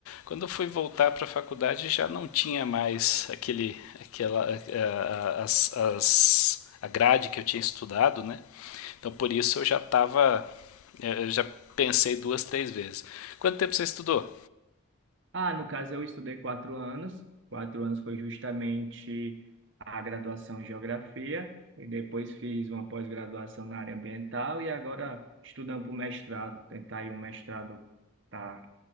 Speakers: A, on the left; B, on the right.
A: Quando eu fui voltar para a faculdade já não tinha mais aquele, aquela, a, as, as- a grade que eu tinha estudado, né? Então por isso eu já estava, eu já pensei duas, três vezes. Quanto tempo você estudou?
B: Ah, no caso eu estudei quatro anos. Quatro anos foi justamente a graduação em geografia e depois fiz uma pós-graduação na área ambiental e agora estudando para o mestrado, tentar ir um mestrado para